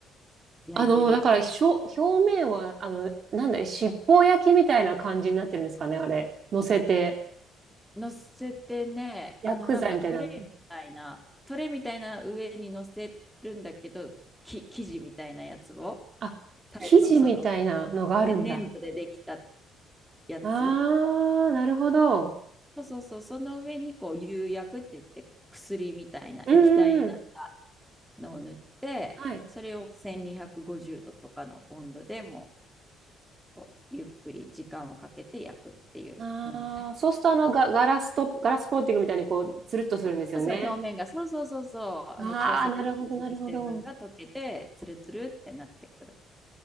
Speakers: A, in the centre; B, on the right.
A: 焼いてる。
B: あの、だから表、表面は、あの、なんだい、七宝焼きみたいな感じになってるんですかね、あれ。乗せて、
A: 乗せてね、
B: 薬剤みたいなの。
A: あのなんかトレイみたいな、トレイみたいな上に乗せるんだけど、き、生地みたいなやつを、
B: あ、
A: タイルのその、
B: 生地みたいなのがあるんだ。
A: ね、粘土でできたやつ。
B: あー、なるほど。
A: そうそうそう、その上にこう釉薬って言って薬みたいな液体になった
B: うんうんうん。
A: のを塗って、
B: はい。
A: それを1250度とかの温度でもこうゆっくり時間をかけて焼くっていう風にタイルができてくる。
B: ああ、そうするとあのガ、ガラスと、ガラスコーティングみたいにこう、つるっとするんですよね。
A: あそうそう、表面が、そうそうそうそう、あの、
B: ああ、
A: 潮石っていうその成分が溶けて、
B: なるほど、なるほど。
A: つるつるってなってくる。